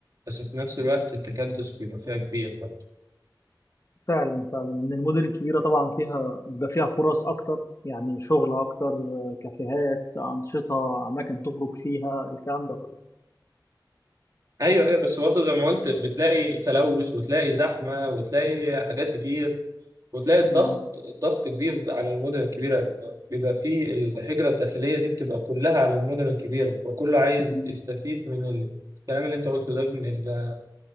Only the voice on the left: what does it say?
فعلا فعلا إن المدن الكبيرة طبعا فيها بيبقى فيها فرص أكتر يعني شغل أكتر كافيهات أنشطة أماكن تخرج فيها الكلام ده كله
أمم،
أمم.